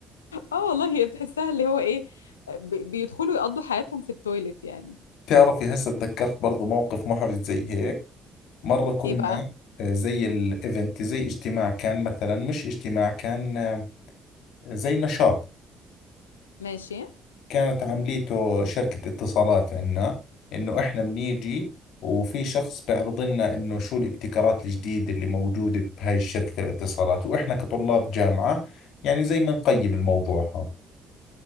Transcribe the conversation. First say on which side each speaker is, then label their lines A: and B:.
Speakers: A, on the left; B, on the left.
A: اه والله هي بتحسها اللي هو ايه بي- بيدخلوا يقضوا حياتهم في التويليت يعني
B: بتعرفي هسه تذكرت برضو موقف محرج زي هيك مرة كنا
A: ايه بقى
B: آه، زي الايفنت زي اجتماع كان مثلا مش اجتماع كان آه، زي نشاط
A: ماشي
B: كانت عمليته شركة اتصالات عنا إنه إحنا بنيجي وفي شخص بيعرض لنا إنه شو الابتكارات الجديدة اللي موجودة بهاي شركة الاتصالات وإحنا كطلاب جامعة يعني زي ما نقيم الموضوع هذا